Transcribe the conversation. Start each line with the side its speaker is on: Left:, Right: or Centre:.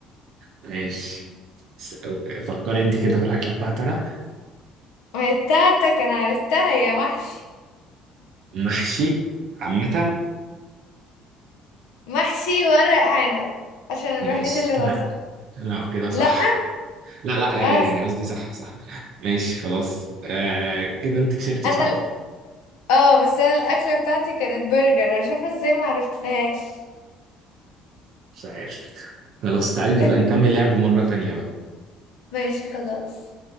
Right: ماشي س- فكري انت كده في الاكله بتاعتي انا
Left: ما هي بتاعتك أنا عرفتها يا محشي
Right: محشي عامه
Left: محشي ورق عنب عشان الوحيد
Right: ماشي
Left: اللي بقى
Right: لا لا كده صح
Left: لا
Right: لا لا آه،
Left: اه
Right: يعني
Left: س-
Right: قصدي صح صح ماشي خلاص آه كده انت كسبتي
Left: انا
Right: صح
Left: ال- اه بس انا الاكله بتاعتي كانت برجر انا مش عارفه ازاي ما عرفتهاش
Right: مش عارف خلاص تعالي
Left: <laughs>
Right: نبقى نكمل لعب مره تانية بقى.
Left: ماشي خلاص